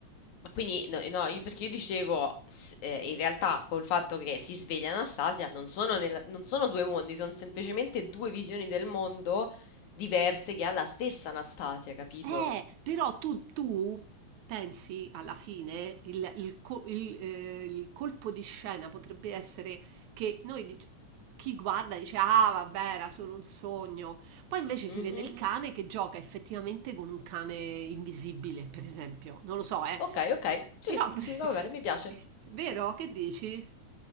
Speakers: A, on the left; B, on the right.
A: Ma Quindi, no, no, io perché io dicevo, s- eh, in realtà col fatto che si sveglia Anastasia, non sono, nella- non sono due mondi, sono semplicemente due visioni del mondo diverse che ha la stessa Anastasia, capito?
B: Eh, però tu, tu pensi alla fine, il, il co- il, eh, il colpo di scena potrebbe essere che noi, dic- chi guarda dice, ah vabbè, era solo un sogno. Poi invece
A: Mhm.
B: si vede il Mhm. cane che gioca effettivamente con un cane invisibile, per esempio. Non lo so, eh.
A: Ok, ok, sì,
B: Però, <laughs>
A: sì, va bene, mi piace.
B: vero? Che dici?